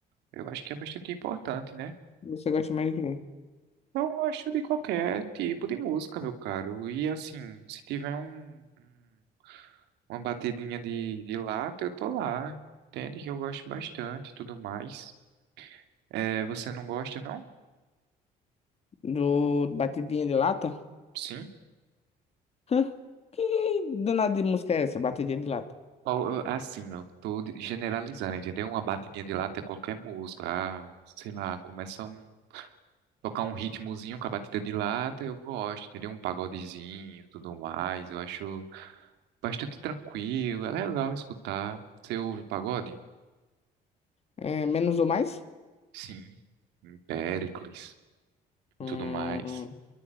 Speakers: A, on the right; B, on the left.
A: Eu acho que é bastante importante, né?
B: Você gosta mais do quê?
A: Eu gosto de qualquer tipo de música, meu caro. E assim, se tiver um, um, uma batidinha de, de lata, eu tô lá. Entende que eu gosto bastante e tudo mais. É, você não gosta, não?
B: Do Batidinha de Lata?
A: Sim.
B: Hã? Que danada de música é essa, Batidinha de Lata?
A: Ó, eu- Assim, eu tô de- generalizando, entendeu? Uma batidinha de lata é qualquer música. Ah, sei lá, começa um. Tocar um ritmozinho com a batida de lata, eu gosto, entendeu? Um pagodezinho, tudo mais. Eu acho bastante tranquilo, é legal escutar. Você ouve pagode?
B: É, menos ou mais?
A: Sim. Péricles
B: Hum,
A: e tudo mais.